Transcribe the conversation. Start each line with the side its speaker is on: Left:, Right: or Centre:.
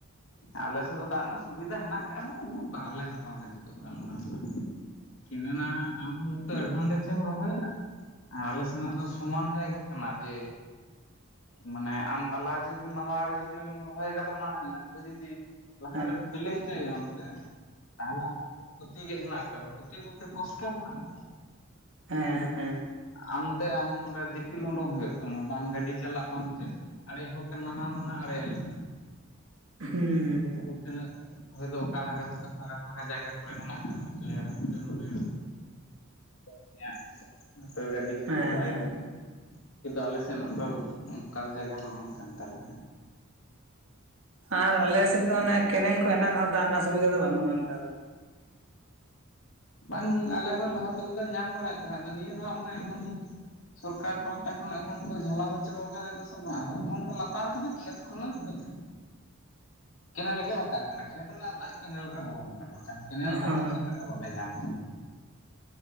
Left: ᱟᱞᱮ ᱥᱮᱫ ᱫᱚ ᱫᱟᱜ ᱨᱮᱱᱟᱜ ᱥᱩᱵᱤᱫᱷᱟ ᱦᱮᱱᱟᱜ ᱟᱠᱟᱫ ᱨᱮᱦᱚᱸ ᱩᱱᱟᱹᱜ ᱵᱟᱣᱞᱮ ᱦᱟᱛᱟᱣ ᱞᱟᱹᱜᱤᱫᱚᱜ ᱠᱟᱱᱟ ᱚᱱᱟ ᱨᱮᱱᱟᱜ᱾ ᱠᱤᱱᱮᱱᱟ ᱟᱢ ᱱᱤᱛᱚᱜ ᱮᱰᱵᱷᱟᱱᱴᱮᱡ ᱪᱮᱜ ᱮᱢ ᱨᱚᱦᱚᱭᱟ? ᱟᱨ ᱟᱞᱮ ᱥᱮᱱᱟᱜ ᱫᱚ ᱥᱚᱢᱟᱱ ᱡᱟᱭᱜᱟ ᱠᱟᱱᱟ ᱡᱮ ᱢᱟᱱᱮ ᱟᱢ ᱛᱟᱞᱟ ᱡᱩᱫᱤ ᱢᱟᱞᱟ ᱨᱮ ᱡᱩᱫᱤ ᱟᱢᱮᱢ ᱨᱚᱦᱚᱭ ᱠᱟᱫᱟ ᱢᱟᱲᱟᱝ᱾ ᱟᱫᱚ ᱡᱩᱫᱤ ᱞᱟᱦᱟᱨᱮᱢ
Right: ᱦᱮᱸ
Left: ᱵᱤᱞᱮ ᱦᱚᱪᱚᱭᱮᱭᱟᱢ ᱥᱮ ᱛᱟᱦᱚᱞᱮ ᱟᱢᱟᱜ ᱫᱚ ᱠᱷᱚᱛᱤ ᱜᱮ ᱦᱮᱱᱟᱜ ᱟᱠᱟᱫᱟ ᱠᱷᱚᱛᱤ ᱵᱚᱞᱛᱮ ᱠᱚᱥᱴᱚ ᱦᱮᱱᱟᱜ ᱟᱠᱟᱫᱟ᱾
Right: ᱦᱮᱸ ᱦᱮᱸ᱾
Left: ᱟᱢᱛᱮ ᱟᱢ ᱚᱸᱰᱮ ᱫᱤᱯᱤᱞ ᱩᱸᱰᱩᱝ ᱦᱩᱭᱩᱜ ᱛᱟᱢᱟ ᱵᱟᱝ ᱜᱟᱹᱰᱤ ᱪᱟᱞᱟᱜ ᱵᱟᱝ ᱪᱮᱜ ᱟᱲᱮ ᱦᱳᱠ ᱱᱟᱱᱦᱟ ᱱᱟᱱᱦᱟ ᱟᱲᱮᱭᱟᱞᱮ᱾
Right: ᱦᱩᱸ
Left: ᱟᱯᱮ ᱥᱮᱜᱨᱮ ᱛᱤᱱᱟᱹᱜ ᱦᱚᱭᱛᱳ ᱚᱠᱟᱞᱮᱠᱟ ᱦᱚᱭᱛᱳ ᱯᱷᱟᱠᱟ ᱯᱷᱟᱠᱟ ᱡᱟᱭᱜᱟ ᱠᱚᱨᱮ ᱦᱮᱱᱟᱜ ᱟᱠᱟᱫ ᱛᱟᱯᱮᱭᱟ ᱦᱚᱭᱛᱳ ᱱᱚᱰᱮ,
Right: <inaudible>
Left: <unintelligible> ᱛᱚ ᱜᱟᱺᱰᱤ, ᱦᱚᱭᱛᱚ
Right: ᱦᱮᱸ
Left: ᱵᱟᱭ
Right: ᱦᱮᱸ
Left: ᱜᱟᱱᱚᱜᱼᱟ᱾ ᱠᱤᱱᱛᱩ ᱟᱞᱮ ᱥᱮᱱᱟᱜ ᱫᱚ ᱚᱱᱠᱟ ᱡᱟᱭᱜᱟ ᱫᱚ ᱵᱟᱝ ᱠᱟᱱ ᱛᱟᱞᱮ ᱫᱚ᱾
Right: ᱟᱨ ᱟᱞᱮᱥᱮᱫ ᱫᱚ ᱚᱱᱮ ᱠᱮᱱᱮᱞ ᱠᱚ ᱦᱮᱱᱟᱜ ᱨᱮᱦᱚᱸ ᱫᱟᱜ ᱨᱮᱱᱟᱜ ᱥᱩᱵᱤᱫᱷᱟ ᱫᱚ ᱵᱟᱹᱱᱩᱜᱼᱟ ᱱᱮᱛᱟᱨ ᱫᱚ᱾
Left: ᱵᱟᱝ ᱟᱞᱮ ᱦᱚᱸ ᱞᱟᱦᱟ ᱛᱮᱞᱮ‌ ᱫᱚ ᱧᱟᱢ ᱵᱟᱲᱟᱭᱮᱜ ᱛᱟᱦᱮᱸᱫ ᱟᱫᱚ ᱱᱤᱭᱟᱹ ᱫᱷᱟᱣ ᱚᱱᱮ ᱮᱢᱚᱱ ᱥᱚᱨᱠᱟᱨ ᱯᱟᱦᱴᱟ ᱠᱷᱚᱱ ᱮᱢᱚᱱ ᱠᱚ ᱡᱷᱟᱞᱟᱣ ᱦᱚᱪᱚ ᱠᱟᱫᱟ ᱠᱚ ᱥᱮ ᱵᱟᱝ ᱮᱢᱚᱱ ᱠᱚ ᱞᱟᱛᱟᱨ ᱠᱟᱫᱟ ᱠᱷᱮᱛ ᱠᱷᱚᱱᱚ ᱦᱚᱸ ᱠᱮᱱᱮᱞ ᱜᱮ ᱞᱟᱛᱟᱨ ᱟᱠᱟᱱᱟ, ᱠᱷᱮᱛ ᱨᱮᱱᱟᱜ ᱫᱟᱜ ᱠᱮᱱᱮᱞ ᱨᱮ ᱵᱚᱞᱚᱱ ᱱᱚᱝᱠᱟ ᱱᱟᱜ‌ ᱠᱮᱱᱮᱞ‌ ᱫᱟᱜ
Right: ᱦᱚᱸ
Left: ᱛᱚ ᱠᱷᱮᱛᱨᱮ ᱵᱟᱞᱮ ᱧᱟᱢ ‌ᱫᱟ,